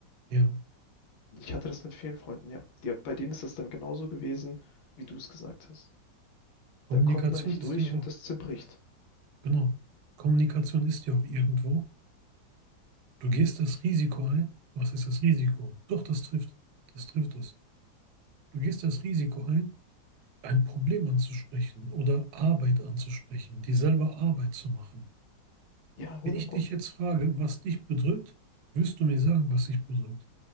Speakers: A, on the right (about 80°); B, on the left (about 70°).
A: ja.
B: Und Ich hatte das mit vielen Freunden, ja. Die, bei denen ist das dann genauso gewesen, wie du es gesagt hast.
A: Kommunikation
B: Da kommt man nicht
A: ist
B: durch
A: ja auch,
B: und das zerbricht.
A: genau, Kommunikation ist ja auch irgendwo. Du gehst das Risiko ein. Was ist das Risiko? Doch, das trifft, das trifft es. Du gehst das Risiko ein, ein Problem anzusprechen oder Arbeit anzusprechen, dir selber Arbeit zu machen.
B: Ja, 100
A: Wenn ich
B: Pro.
A: dich jetzt frage, was dich bedrückt, wirst du mir sagen, was dich bedrückt.